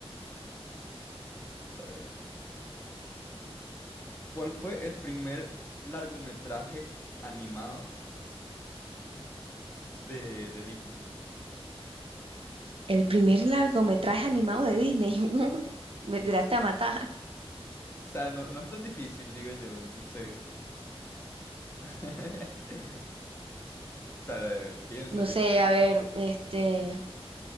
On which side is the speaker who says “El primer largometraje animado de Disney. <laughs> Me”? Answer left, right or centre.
Right